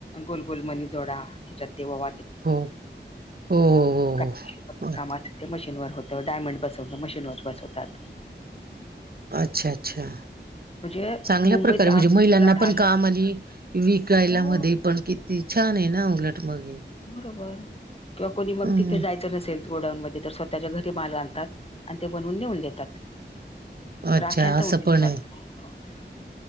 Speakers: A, on the left; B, on the right.
A: गोल गोल मनी जोडा ह्याच्यात ते व
B: हो हो हो हो
A: का
B: हो
A: काम अस ते मशीनवर होतं डायमंड बसवलं मशीनवर बसवतात
B: अच्छा अच्छा
A: म्हणजे
B: चांगल्या
A: मुंबईत
B: प्रकारे म्हणजे
A: आर्थिक
B: महिलांना
A: उलाढाल
B: पण काम आणि विकायला
A: हो
B: मध्ये पण किती छान आहे ना उलट मग
A: बरोबर किंवा कोणी मग
B: हम्म
A: तिथे जायचं नसेल गोडाऊन मध्ये तर स्वतः त्याच्या घरी माल आणतात आणि ते बनवून नेऊन देतात
B: अच्छा
A: राख्यांचा
B: असं
A: उद्योग
B: पण
A: चालत
B: आहे